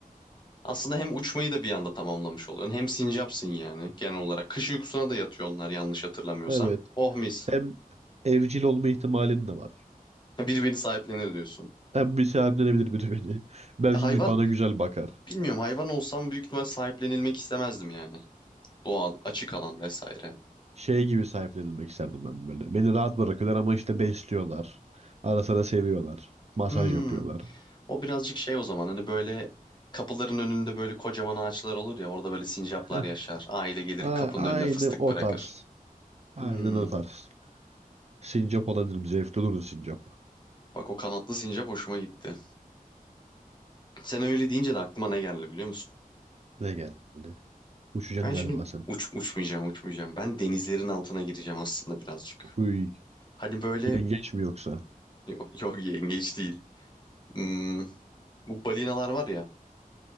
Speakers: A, on the left (about 30°); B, on the right (about 45°).
A: Aslında hem uçmayı da bir anda tamamlamış oluyorsun. Hem sincapsın yani genel olarak. Kış uykusuna da yatıyor onlar yanlış hatırlamıyorsam.
B: Evet.
A: Oh mis.
B: Hem evcil olma ihtimalin de var.
A: Birbirini sahiplenir diyorsun.
B: Hem bir sahiplenebilir biri beni. <laughs> Belki
A: Ya Hayvan
B: gü- bana güzel bakar.
A: bilmiyorum hayvan olsam büyük ihtimal sahiplenilmek istemezdim yani. Doğal, açık alan vesaire.
B: şey gibi sahiplenilmek isterdim ben böyle. Beni rahat bırakıyorlar ama işte besliyorlar. Ara sıra seviyorlar. Masaj
A: Hmm.
B: yapıyorlar.
A: O birazcık şey o zaman hani böyle kapıların önünde böyle kocaman ağaçlar olur ya orada böyle sincaplar
B: Heh.
A: yaşar. Aile gelir
B: A-
A: kapının
B: aynı
A: önüne fıstık
B: o
A: bırakır.
B: tarz. Aynen
A: Hmm,
B: o tarz. Sincap olabilirim. Zevkli olurdu sincap.
A: bak o kanatlı sincap hoşuma gitti. Sen öyle deyince de aklıma ne geldi biliyor musun?
B: Ne geldi? Uçacaksın
A: Ben
B: galiba
A: şimdi
B: sen.
A: uç, uçmayacağım uçmayacağım. Ben denizlerin altına gireceğim aslında birazcık.
B: Uy,
A: Hani böyle
B: yengeç mi yoksa?
A: yok, yok yengeç değil. Hmm, bu balinalar var ya